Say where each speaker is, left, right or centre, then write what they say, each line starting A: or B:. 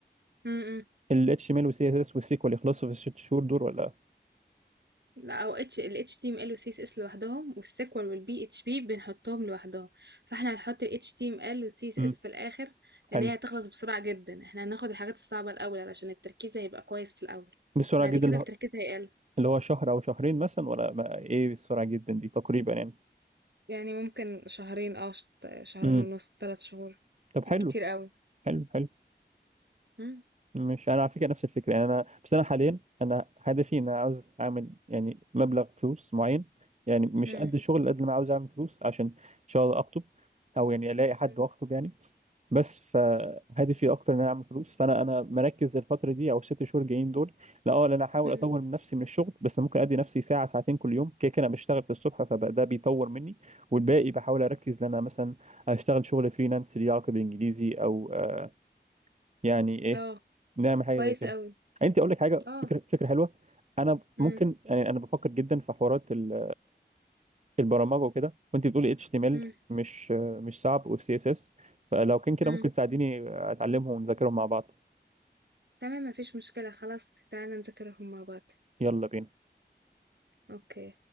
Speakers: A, on the right; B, on the right.
A: امم
B: ال HTML وال CSS وال SQL يخلصوا في الست شهور دول ولا
A: لا او اتش ال اتش تي ام ال والسي اس اس لوحدهم والسيكوال والبي اتش بي بنحطهم لوحدهم فاحنا هنحط ال اتش تي ام ال والسي اس
B: امم
A: اس في الاخر لان
B: حلو
A: هي هتخلص بسرعة جدا احنا هناخد الحاجات الصعبة الاول علشان التركيز هيبقى كويس في الاول
B: بسرعه
A: بعد
B: جدا
A: كده
B: اللي
A: التركيز
B: هو
A: هيقل
B: اللي هو شهر او شهرين مثلا ولا ما- ايه السرعه جدا دي تقريبا يعني
A: يعني ممكن شهرين اه شت- شهرين
B: امم
A: ونص ثلاث شهور
B: طب
A: بالكتير
B: حلو
A: قوي
B: حلو حلو
A: مم.
B: مش انا على فكره نفس الفكره يعني انا بس انا حاليا انا هدفي ان انا عاوز اعمل يعني مبلغ فلوس معين يعني مش
A: مم.
B: قد الشغل قد ما أنا عاوز اعمل فلوس عشان ان شاء الله اخطب او يعني الاقي حد
A: مم.
B: واخطب يعني بس فهدفي اكتر ان انا اعمل فلوس فانا انا مركز الفتره دي او الست شهور جايين دول لا اه لا انا احاول
A: مم.
B: اطور من نفسي من الشغل بس ممكن ادي نفسي ساعه ساعتين كل يوم كده كده أنا بشتغل في الصبح فده بيطور مني والباقي بحاول اركز ان انا مثلا اشتغل شغل فريلانس ليه علاقه بالانجليزي او آه، يعني ايه
A: اه
B: نعمل حاجه
A: كويس
B: زي كده
A: قوي
B: انت اقول لك حاجه
A: اه
B: فكره فكره حلوه انا
A: مم.
B: ممكن يعني انا بفكر جدا في حوارات ال- البرمجه وكده وانت بتقولي اتش تي ام ال
A: مم.
B: مش مش صعب والسي اس اس فلو كان كده
A: مم.
B: ممكن تساعديني اتعلمهم ونذاكرهم مع بعض
A: تمام مفيش مشكلة خلاص تعالى نذاكرهم مع بعض
B: يلا بينا
A: اوكي